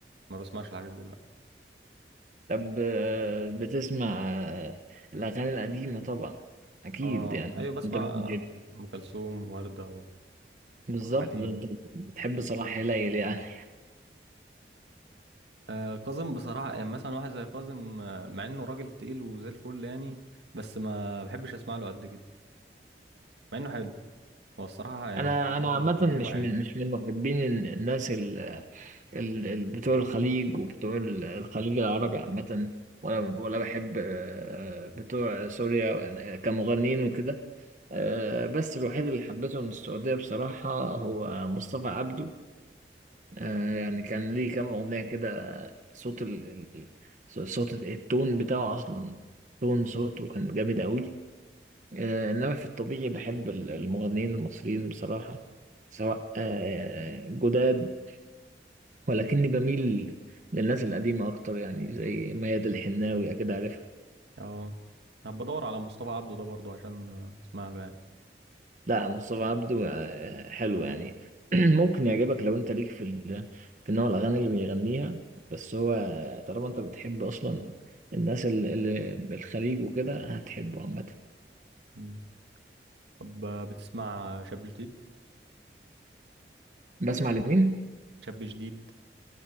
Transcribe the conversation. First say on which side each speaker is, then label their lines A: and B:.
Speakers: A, on the right (about 85°); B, on the right (about 45°).
A: ما بسمعش الحاجات دي لا
B: طب آه، بتسمع آه، الأغاني القديمة طبعا أكيد
A: اه
B: يعني
A: ايوه بسمع
B: أنت بتحب
A: ام كلثوم وردة وعبد
B: <laughs> بالظبط
A: الحليم
B: ده أنت بتحب صلاح هلال يعني
A: آه كاظم بصراحة يعني مثلا واحد زي كاظم آه، مع انه راجل تقيل وزي الفل يعني بس ما بحبش اسمع له قد كده مع انه حلو هو الصراحة يعني
B: أنا
A: هو صوته
B: أنا
A: حلو
B: عامة
A: وكلامه
B: مش
A: حلو
B: من مش من محبين ال- الناس ال ال ال- بتوع الخليج وبتوع ال- الخليج العربي عامة ولا ولا بحب آه، بتوع سوريا آه، كمغنيين وكده آه، بس الوحيد اللي حبيته من السعودية بصراحة هو مصطفى عبده آه يعني كان ليه كام أغنية كده صوت ال... ال- ال- صوت التون بتاعه أصلا تون صوته كان جامد أوي آه إنما في الطبيعي بحب ال- المغنيين المصريين بصراحة سواء آه جداد ولكني بميل للناس القديمة أكتر يعني زي ميادة الحناوي أكيد عارفها
A: اه هبقى ادور على مصطفى عبده ده برضه عشان آه، اسمع له يعني
B: لا مصطفى عبده آه، حلو يعني <clears throat> ممكن يعجبك لو انت ليك في ال... في نوع الاغاني اللي بيغنيها بس هو طالما انت بتحب اصلا الناس ال- اللي بالخليج وكده هتحبه عامه
A: مم. طب آه، بتسمع شاب جديد
B: بسمع لمين
A: شاب جديد